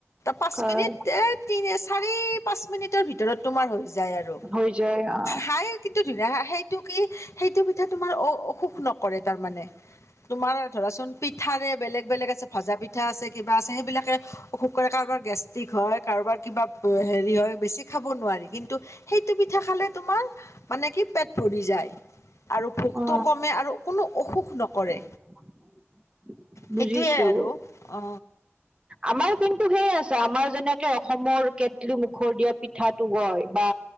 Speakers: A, on the left; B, on the right.
A: পাঁচ
B: হয়
A: মিনিট এ তিনি চাৰি পাঁচ মিনিটৰ ভিতৰত তোমাৰ হৈ যায়। যায় আৰু
B: হৈ যায় অ
A: হাই এটিটোদ। সেইটো কি সেইটো পিঠা তোমাৰ অ' অসুখ নকৰে তাৰমানে। তোমাৰ ধৰাচোন পিঠাৰে বেলেগ বেলেগ আছে ভজা পিঠা আছে কিবা আছে সেইবিলাকে অসুখ কৰে কাৰণ। কাৰোবাৰ গেষ্টিক হয় কাৰোবাৰ কিবা হেৰি হয় বেছি খাব নোৱাৰি। কিন্তু সেইটো পিঠা খালে তোমাৰ মানে কি পেট ভৰি যায় আৰু ভোকটো
B: অ
A: কমে আৰু কোনো অসুখ নকৰে।
B: <inaudible> বুজিছো।
A: সেইটোৱে আৰু অ
B: আমাৰ কিন্তু সেই আছে আমাৰ যেনেকে অসমৰ কেটলি মুখত দিয়া পি পিঠাটো কয় বা